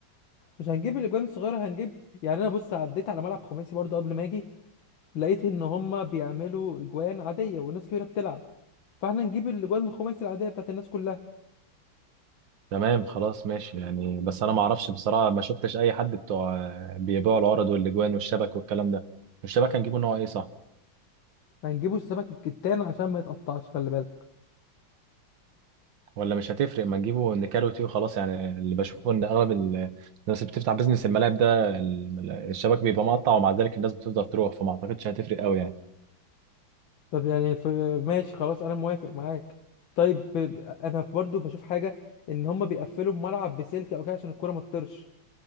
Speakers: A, on the left (about 80°); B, on the right (about 70°).
A: مش هنجيب الاجوان الصغيرة هنجيب يعني انا بص عديت على ملعب خماسي برضو قبل ما اجي لقيت ان هم بيعملوا اجوان عاديه وناس كبيره بتلعب فاحنا نجيب الاجوان الخماسي العاديه بتاعت الناس كلها
B: تمام خلاص ماشي يعني بس انا ما اعرفش بصراحة ما شفتش اي حد بتوع آه، بيبيعوا العرض والاجوان والشبك والكلام ده الشبك هنجيبه نوع ايه صح
A: هنجيبوا السمك الكتان عشان ما يتقطعش خلي بالك
B: ولا مش هتفرق ما نجيبه نكاروتي وخلاص يعني اللي بشوفه ان اغلب ال- الناس اللي بتفتح بيزنس الملاعب ده ال- الشبك بيبقى مقطع ومع ذلك الناس بتفضل تروح فما اعتقدش هتفرق قوي يعني
A: طب يعني ف... ماشي خلاص انا موافق معاك طيب ب- انا برضو بشوف حاجه ان هم بيقفلوا الملعب بسلك او كده عشان الكره ما تطرش